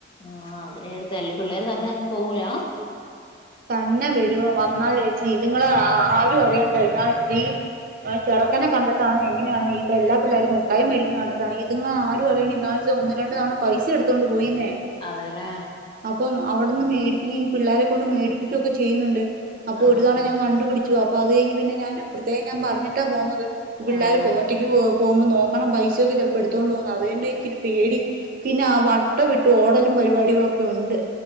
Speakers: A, on the left; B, on the right.
A: ആഹ് അതിന് അടുത്ത് അല്ലേ പിള്ളേര് തന്നെ എറങ്ങി പോവൂല
B: തന്നെ വരുവോ? വന്നാലേച്ചി ഇതുങ്ങളെ അഹ് ആരും അറിയണ്ടേ. എന്നാൽ ഈ ആ ചെറുക്കനെ കണ്ട ട്ടാണോ എങ്ങനെയാണോ? ഈ ഇപ്പോ എല്ലാ പിള്ളേരും മുട്ടായി മേടിക്കുന്നത് കണ്ടിട്ടാണ്, ഇത്ങ്ങൾ ആരു അറിയുന്നില്ല. ഇന്നാളൊരീസം ഒന്ന് രണ്ട് തവണ പൈസ എടുത്തോണ്ട് പോയിന്നേ
A: അതല്ലേ
B: അപ്പം അവിടുന്ന് മേടിപ്പിക്ക ഈ പിള്ളാരെക്കൊണ്ട് മേടിപ്പിക്ക്വോക്കെ ചെയ്യുന്നുണ്ട്. അപ്പോ
A: ആഹ്
B: ഒരു തവണ ഞാൻ കണ്ടുപിടിച്ചു. അപ്പ അത് കഴിഞ്ഞ് പിന്നെ ഞാന് പ്രത്യേകം ഞാൻ പറഞ്ഞിട്ടാ പോന്നത്. പിള്ളേര്
A: ആഹ്
B: പോ ഒറ്റയ്ക്ക് പോ പോവുമ്പോ നോക്കണം. പൈസയൊക്കെ ചെലപ്പോ എടുത്തോണ്ട് പോകുന്നു. അതുകൊണ്ട് എനിക്കൊരു പേടി പിന്നെ ആ വട്ടവിട്ട് ഓടലും പരിപാടികളൊക്കെയുണ്ട്.